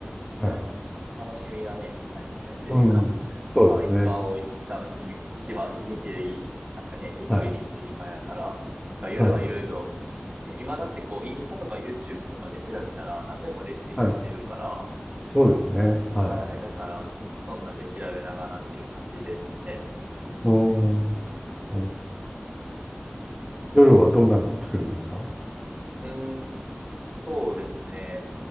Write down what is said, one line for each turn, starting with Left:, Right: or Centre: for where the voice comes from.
Right: なんか
Centre: はい。
Right: 楽しみがね、ないじゃないですか。
Centre: うん。
Right: <laughs> ご飯一番美味しい、
Centre: そうですね。
Right: 楽しみ、一番一日でいい、なんかね、ゆっくりできる時間やから、
Centre: はい。
Right: なんか夜はいろいろ
Centre: はい。
Right: ね、今だってこう、インスタとか YouTube とかで調べたら何でもレシピ載ってるから、
Centre: はい。そうですね。はい。
Right: はい。だから、そんなんで調べながらっていう感じですね。
Centre: うん。なるほど夜はどんなのを作るんですか
Right: うーん、そうですね。